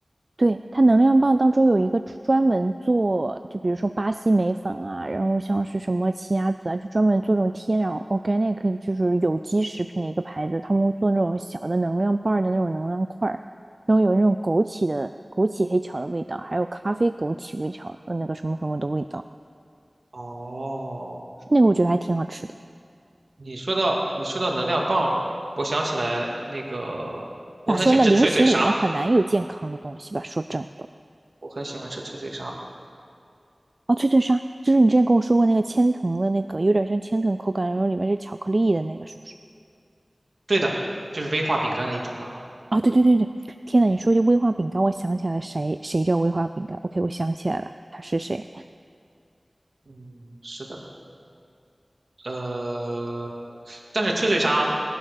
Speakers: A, on the right (about 50°); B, on the right (about 75°).
A: 对，它能量棒当中有一个专门做，就比如说巴西莓粉啊，然后像是什么奇亚籽啊，就专门做这种天然 organic，就是有机食品的一个牌子，他们会做那种小的能量棒儿的那种能量块儿然后有那种枸杞的枸杞黑巧的味道，还有咖啡枸杞微巧的那个什么什么的味道，
B: 哦，
A: 那个我觉得还挺好吃的。
B: 你说到你说到能量棒，我想起来那个，我很喜欢吃脆脆鲨，
A: 咋说呢，零食里面很难有健康的东西吧，说真的。
B: 我很喜欢吃脆脆鲨。
A: 哦，脆脆鲨，就是你之前跟我说过那个千层的那个，有点像千层口感，然后里面是巧克力的那个，是不是？
B: 对的，就是威化饼干的一种吧。
A: 哦，对对对对，天呐，你说这威化饼干，我想起来了谁谁叫威化饼干？OK，我想起来了，他是谁？
B: 嗯，是的。呃，但是脆脆鲨，